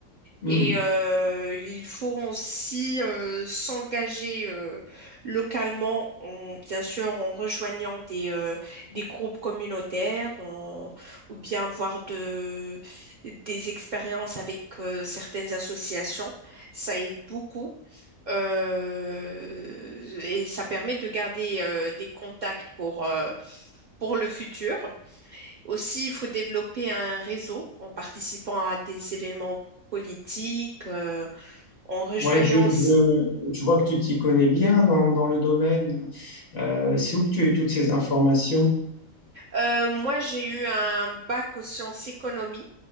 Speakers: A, on the left (about 50°); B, on the right (about 60°).
A: Mm.
B: Et euh, il faut aussi euh, s'engager euh, localement, en- bien sûr en rejoignant des, euh, des groupes communautaires en- ou bien voir de, des expériences avec euh, certaines associations. Ça aide beaucoup. Euh, et ça permet de garder euh, des contacts pour, euh, pour le futur. Aussi, il faut développer un réseau en participant à des événements politiques, euh, en rejoignant
A: Ouais, je, je,
B: aussi.
A: je vois que tu t'y connais bien dans, dans le domaine. Euh, c'est où que tu as eu toutes ces informations?
B: Euh, moi, j'ai eu un bac aux sciences économie